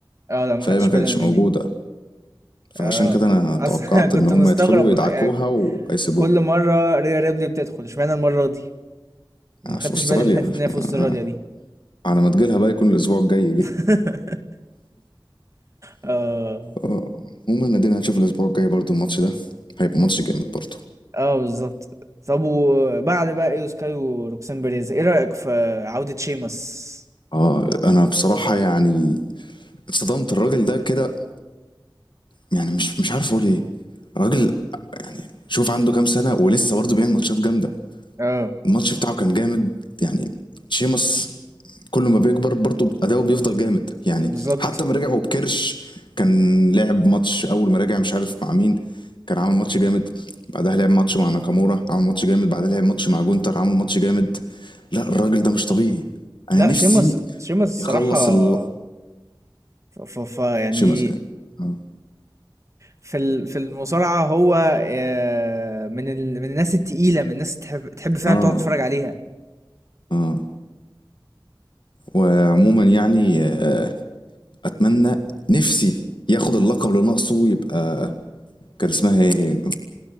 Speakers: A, on the right; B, on the left.
A: اه لا ما
B: فهي
A: خدتش
B: ما
A: بالي
B: كانتش
A: انا من
B: موجوده
A: دي
B: فعشان
A: اه
B: كده انا توقعت
A: اصلا <laughs> كنت
B: ان هم
A: مستغرب
B: يدخلوا يدعكوها
A: آه،
B: وهيسيبوها
A: كل مره ريا ريبلي بتدخل اشمعنى المره دي ما
B: آه،
A: خدتش
B: في استراليا
A: بالي من حته ان هي في استراليا
B: آه،
A: دي
B: على ما تجيلها بقى يكون الاسبوع الجاي جه
A: <laughs> اه
B: آه، عموما ادينا هنشوف الاسبوع الجاي برضو الماتش ده هيبقى ماتش جامد برضو
A: اه بالظبط طب وبعد بقى ايو سكاي وروكسان بيريز ايه رايك في عوده شيمس
B: اه انا بصراحة يعني اتصدمت الراجل ده كده يعني مش مش عارف اقول ايه الراجل يعني شوف عنده كام سنة ولسه برضه بيعمل ماتشات جامدة
A: اه
B: الماتش بتاعه كان جامد يعني شيمس كل ما بيكبر برضه اداؤه بيفضل جامد يعني
A: بالظبط
B: حتى ما رجعوا بكرش كان لعب ماتش اول ما رجع مش عارف مع مين كان عامل ماتش جامد بعدها لعب ماتش مع ناكامورا عامل ماتش جامد بعدها لعب ماتش مع جونتر عامل ماتش جامد لا الراجل ده مش طبيعي انا
A: لا
B: نفسي
A: شيمس شيمس الصراحه
B: يخلص ال...
A: ف ف ف يعني
B: شيمس يعني اه
A: في ال- في المصارعه هو آه، من ال... من الناس التقيله من الناس تحب تحب فعلا
B: اه
A: تقعد تتفرج عليها
B: اه وعموما يعني آه، اتمنى نفسي ياخد اللقب اللي ناقصه ويبقى كان اسمها ايه